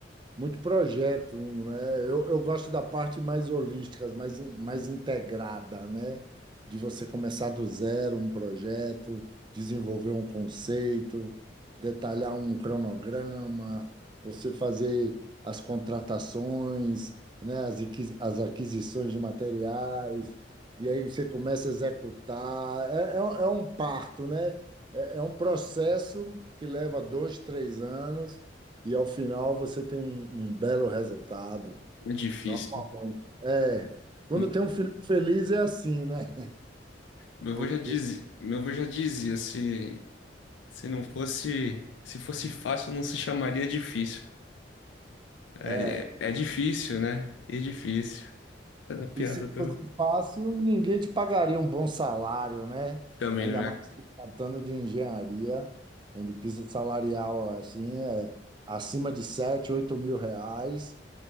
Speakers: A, on the right (about 25°); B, on the left (about 80°).
A: muito projeto, né? Eu, eu gosto da parte mais holística, mais, in- mais integrada, né? De você começar do zero um projeto, desenvolver um conceito, detalhar um cronograma, você fazer as contratações, né? As, aquisi- as aquisições de materiais, e aí você começa a executar. É, é, um é um parto, né? É, é um processo que leva dois, três anos e ao final você tem um, um belo resultado.
B: é difícil.
A: Normalmente. É. Quando
B: E
A: tem um final feliz é assim, né?
B: Meu avô
A: Porque,
B: já dizia, meu avô já dizia, se, se não fosse, se fosse fácil, não se chamaria difícil. É,
A: é.
B: é, é difícil, né? E é difícil. É da piada
A: E se
B: do...
A: fosse fácil, ninguém te pagaria um bom salário, né?
B: Também
A: Ainda
B: não é
A: mais se tratando de engenharia, onde o piso salarial assim, é acima de 7 8 mil reais.